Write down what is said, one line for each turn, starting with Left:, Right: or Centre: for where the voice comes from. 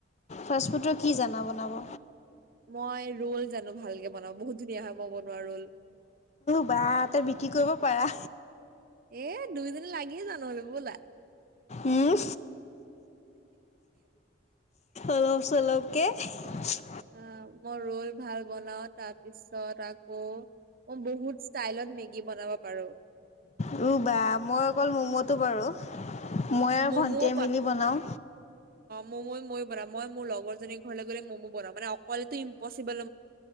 Left: ফাষ্টফুডৰ কি জানা বনাব।
Right: মই ৰোল জানো ভালকে বনওঁ বহুত ধুনীয়া হয় মই বনোৱা ৰোল
Left: বা তই বিক্ৰী কৰিব পাৰা।
Right: এ দুইজনী লাগিয়ে জান ন'লে <unintelligible> ব'লা
Left: উম অল <unintelligible> চলকে <unintelligible>
Right: অ মই ৰল ভাল বনাও তাত তাৰ পিছত আকৌ মই বহুত ষ্টাইলত মেগী বনাব পাৰো।
Left: ৰবা মই অকল মম'তটো পাৰোঁ মই আৰু
Right: ম'ম'ও
Left: ভণ্টিযে মেলি বনাওঁ।
Right: ম ব <unintelligible> মই মোৰ লগৰ জনিৰ ঘৰলে গলে মম বনাও। মানে অকলেটো ইম্পশ্চিবল